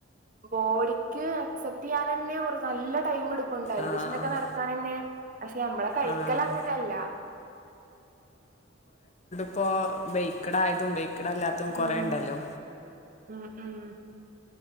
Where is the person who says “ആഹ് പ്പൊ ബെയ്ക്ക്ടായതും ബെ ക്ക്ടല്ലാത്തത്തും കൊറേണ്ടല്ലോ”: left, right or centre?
Left